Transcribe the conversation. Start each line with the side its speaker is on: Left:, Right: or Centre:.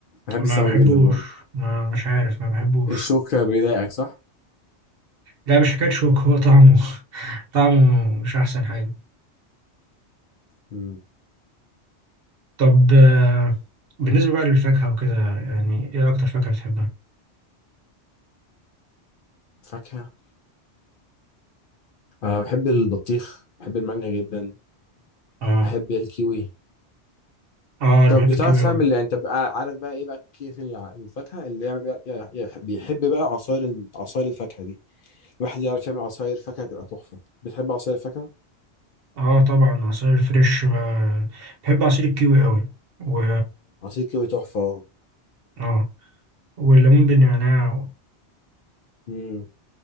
Left: بحب
Right: ما
Left: السمك
Right: بحبوش
Left: جدا برضه
Right: ما مش عارف ما بحبوش
Left: الشوكة بيضايقك صح؟
Right: لا مش حكايه شوك هو طعمه <laughs> طعمه مش احسن حاجه
Left: مم.
Right: طب آه، بالنسبه بقى للفاكهه وكده يعني ايه اكتر فاكهه بتحبها
Left: فاكهة أه بحب البطيخ بحب المانجا جدا
Right: اه
Left: بحب الكيوي
Right: اه انا
Left: طب
Right: بحب
Left: بتعرف
Right: الكيوي قوي
Left: تعمل إيه؟ انت بقى عارف بقى ايه بقى كيف الع- الفاكهه اللي يعمل بقى يع- يح- بيحب بقى عصاير ال- عصاير الفاكهه دي الواحد يعرف يعمل عصاير فاكهه تبقى تحفه بتحب عصاير الفاكهه
Right: اه طبعا عصير الفريش ب- بحب عصير الكيوي قوي و
Left: عصير كيوي تحفه
Right: اه والليمون بالنعناع
Left: امم